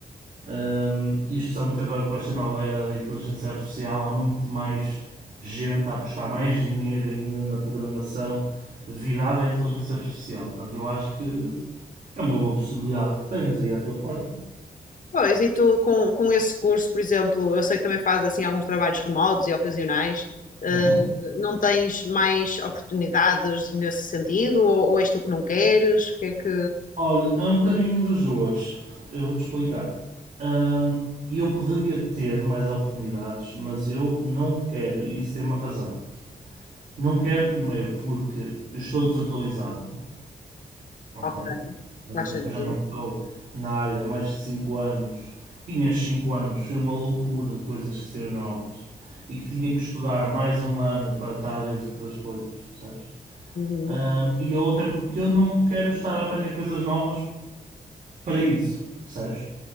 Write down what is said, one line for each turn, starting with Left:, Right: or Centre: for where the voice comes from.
Right: Ahm, e especialmente agora com esta nova era da inteligência artificial, há muito mais gente a apostar mais dinheiro ainda na programação virada à inteligência artificial. Portanto, eu acho que é uma boa possibilidade que tens aí à tua porta.
Left: Pois, e tu com, com esse curso, por exemplo, eu sei que também fazes assim alguns trabalhos remotos e ocasionais, eh,
Right: Uhum.
Left: não tens mais oportunidades nesse sentido? Ou, ou és tu que não queres? O que é que.
Right: Olha, é um bocadinho das duas. Eu vou-te explicar. Hum, eu poderia ter mais oportunidades, mas eu não quero, e isso tem uma razão. Não quero primeiro porque eu estou desatualizado, ok?
Left: Ok,
Right: Quer
Left: faz
Right: dizer
Left: sentido.
Right: que eu já não estou na área há mais de 5 anos. E nestes 5 anos foi uma loucura de coisas que saíram novas e que tinha que estudar mais um ano para estar dentro das coisas, percebes?
Left: Uhum,
Right: Hum, e a outra é porque eu não quero estar a aprender coisas novas para isso, percebes?